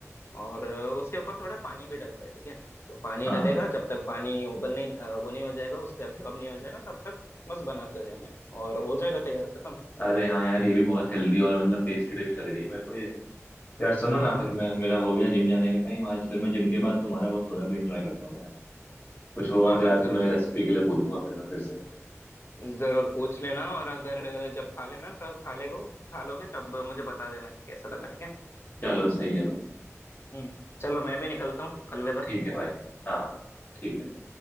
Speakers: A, on the left; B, on the left.
A: और उसके ऊपर थोड़ा पानी भी डलता है ठीक है तो पानी
B: हाँ
A: डलेगा
B: हाँ
A: जब तक पानी उबल नहीं अ, वो नहीं हो जाएगा उस पर एब्जॉर्ब नहीं हो जाएगा तब तक बस बनाते रहना है और हो जाएगा तैयार खत्म
B: अरे हाँ यार ये भी बहुत हेल्दी और मतलब टेस्टी डिश लग रही है मेरे को ये यार सुनो
A: हाँ
B: ना फिर मैं मेरा हो गया जिम जाने का टाइम आज फिर मैं जिम के बाद तुम्हारा वो सोयाबीन ट्राई करता हूँ बनाने कुछ होगा
A: हाँ
B: तो
A: हाँ
B: यार
A: जरूर
B: तुम्हें रेसिपी के लिए पूछूंगा फिर मैं फिर से
A: जरूर पूछ लेना और अगर जब खा लेना तब खा लेगो खा लोगे तब मुझे बता देना कि कैसा लगा ठीक है
B: चलो सही है भाई
A: हम्म चलो मैं भी निकलता हूँ अलविदा
B: ठीक है भाई हाँ ठीक है